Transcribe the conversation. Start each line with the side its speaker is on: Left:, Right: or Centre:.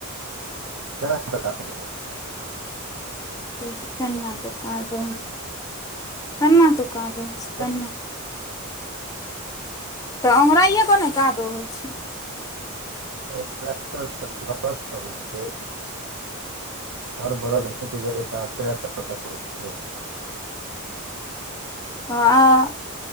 Right: <unintelligible>
Left: केना क कादो केन्ना क कादो
Right: हेतै।
Left: त ओंगराईऐ केन काद ओ होइ छै
Right: <unintelligible> हर बरद हटि गेलै तऽ आब ट्रैक्टर से होइ छै।
Left: हाँ